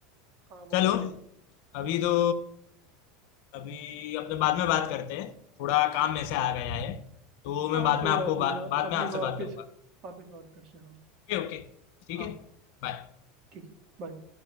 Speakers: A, on the right; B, on the left.
A: हाँ वो
B: चलो
A: भी है
B: अभी तो अभी अपने बाद में बात करते हैं थोड़ा काम में से आ गया है तो मैं
A: हाँ
B: बाद
A: हाँ कोई
B: में आपको
A: बात
B: बा,
A: नहीं यार
B: बाद
A: अगली
B: में आपसे
A: बार
B: बात
A: वापस
B: करूंगा
A: वापस बात करते हैं हाँ
B: ओके ओके ठीक
A: हाँ
B: है बाय
A: ठीक है बाय